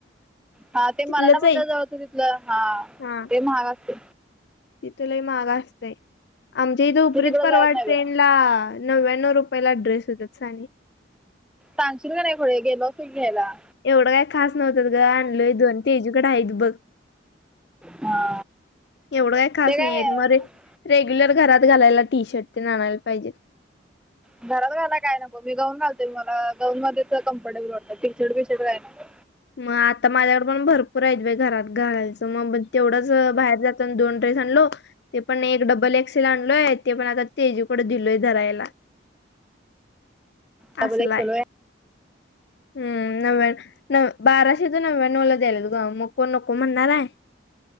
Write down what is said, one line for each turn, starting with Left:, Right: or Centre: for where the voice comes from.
Centre: हा ते
Left: तिथलंच
Centre: मराठा मंदरच
Left: आहे
Centre: जवळचं तिथलं, हा
Left: हा
Centre: ते महाग असते.
Left: तिथं लय महाग असतंय, आमच्या इथं उपरीत
Centre: मी तिकडं
Left: परवडतंय.
Centre: जायत नाही बाई
Left: ला नव्याण्णव रुपय ला ड्रेस येतात साने.
Centre: सांगशील का नाय खुळे, गेलो असतो की घेयला.
Left: एवढं काही खास नव्हतेत ग, आणलोय दोन, तेजुकडे आहेत बघ.
Centre: हा
Left: एवढं काय खास
Centre: ते
Left: नाहीए,
Centre: हे
Left: एक मर रेग्युलर घरात घालायला टी शर्ट तेन आणायला पाहिजेत.
Centre: घरात घालाय काय नको, मी गाऊन घालते मला गाऊनमध्येच कम्फर्टेबल वाटतं, टी शर्ट बी शर्ट काय नाय.
Left: मग आता माझ्याकडं पण भरपूर आहेत बाई घरात घालायचं, मग ब तेवढंच बाहेर जात तन दोन ड्रेस आणलो. ते पण एक डबल एक्सेल आणलोय, ते पण आता तेजुकडं दिलोय धरायला.
Centre: डबल
Left: असलाय
Centre: एक्स एल होय?
Left: हम्म, नव्याण नव बाराशेच नव्याण्णवला द्यायलेत गं, म कोण नको म्हणणार आहे.